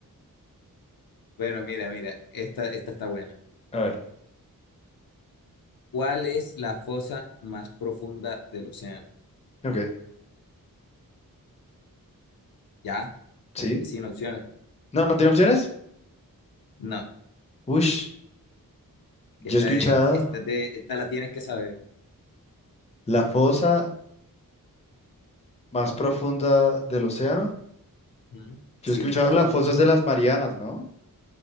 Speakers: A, on the left (about 75°); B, on the left (about 20°).
A: Bueno, mira, mira, esta, esta está buena.
B: A ver.
A: ¿Cuál es la fosa más profunda del océano?
B: Ok,
A: ¿Ya?
B: sí.
A: ¿Es sin opciones?
B: No, no tiene opciones.
A: No,
B: Ush, yo
A: esta,
B: he escuchado
A: es- esta, es de- esta la tienes que saber.
B: la fosa más profunda del océano.
A: Ujú.
B: Yo
A: Sí,
B: he escuchado
A: la fosa
B: las fosas
A: más profunda.
B: de las Marianas, ¿no?